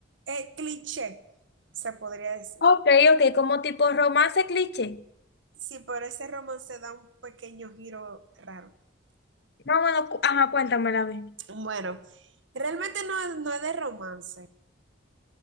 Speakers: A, on the right; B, on the left.
A: eh, cliché, se podría decir.
B: Ok, ok, como tipo romance cliché.
A: Sí, pero ese romance da un pequeño giro raro.
B: Más o menos, cu- ajá, cuéntamela, a ver.
A: Bueno, realmente no, es- no es de romance,